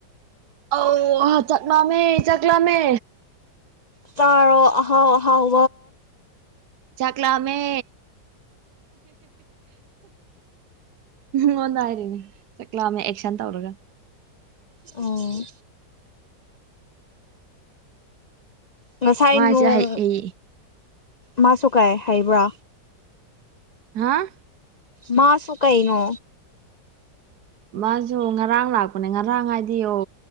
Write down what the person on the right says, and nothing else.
ꯑꯧꯍꯥ ꯆꯥꯛ ꯂꯥꯝꯃꯦ ꯆꯥꯛ ꯂꯥꯝꯃꯦ
ꯆꯥꯛꯂꯥꯃꯦ ꯉꯣꯟꯗ ꯍꯥꯏꯔꯤꯅꯤ ꯆꯥꯛ ꯂꯥꯃꯦ ꯑꯦꯛꯁꯟ ꯇꯧꯔꯒ
ꯃꯥꯁꯦ
ꯍꯩ ꯍꯩ
ꯍꯥꯥ
ꯃꯥꯁꯨ ꯉꯔꯥꯡ ꯂꯥꯛꯄꯅꯦ ꯉꯔꯥꯡ ꯍꯥꯏꯗꯤ ꯑꯣ